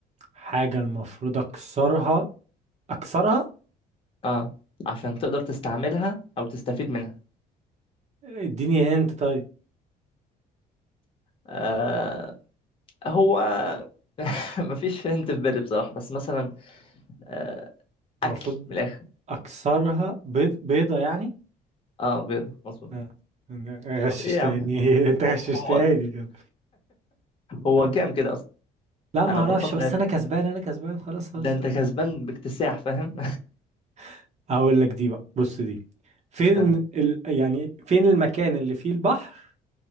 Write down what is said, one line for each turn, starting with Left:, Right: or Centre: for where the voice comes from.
Right: حاجة المفروض اكسرها اكسرها
Left: آه عشان تقدر تستعملها أو تستفيد منها
Right: اديني هنت طيب
Left: آه هو <laughs> مفيش هنت في بالي بصراحة بس مثلا آه
Right: المفروض
Left: أكل من الآخر
Right: اكسرها بيض بيضة يعني
Left: آه بيض مظبوط
Right: آه. غششتني
Left: طب إيه يا عم
Right: <laughs> انت غششتني
Left: هو هو
Right: كده
Left: <laughs> هو
Right: طب
Left: كام كده أصلا
Right: لا ما
Left: أنا
Right: اعرفش
Left: بطلت
Right: بس
Left: أعد.
Right: انا كسبان انا كسبان خلاص خلاص
Left: ده أنت كسبان باكتساح فاهم
Right: <laughs> هقول لك دي بقى بص دي فين
Left: <laughs>
Right: ال... يعني فين المكان اللي فيه البحر